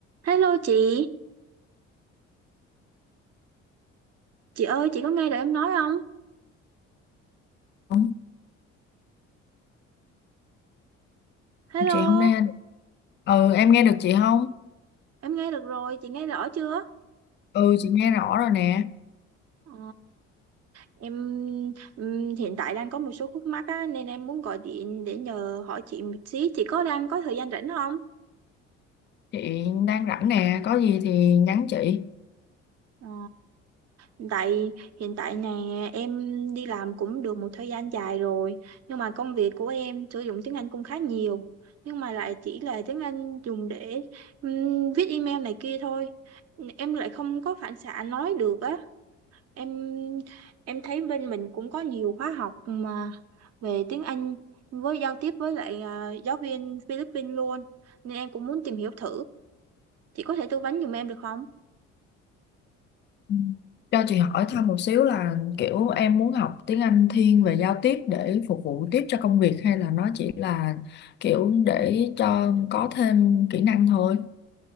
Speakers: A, on the right; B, on the left.
A: Hello chị, chị ơi chị có nghe được em nói không?
B: Không,
A: Hello,
B: chị không nghe ừ em nghe được chị không
A: em nghe được rồi, chị nghe rõ chưa?
B: ừ chị nghe rõ rồi nè
A: Ờ, em ừm, hiện tại đang có một số khúc mắc á, nên em muốn gọi điện để nhờ hỏi chị một xí. Chị có đang có thời gian rảnh không?
B: chị đang rảnh nè có gì thì nhắn chị
A: Ờ, hiện tại hiện tại nè em đi làm cũng được một thời gian dài rồi, nhưng mà công việc của em sử dụng tiếng Anh cũng khá nhiều, nhưng mà lại chỉ là tiếng Anh dùng để ừm, viết email này kia thôi. Em lại không có phản xạ nói được á em em thấy bên mình cũng có nhiều khóa học mà về tiếng Anh với giao tiếp với lại à, giáo viên Philippines luôn nên em cũng muốn tìm hiểu thử chị có thể tư vấn giùm em được không
B: Ừ. cho chị hỏi thăm một xíu là kiểu em muốn học tiếng Anh thiên về giao tiếp để phục vụ tiếp cho công việc hay là nó chỉ là kiểu để cho có thêm kỹ năng thôi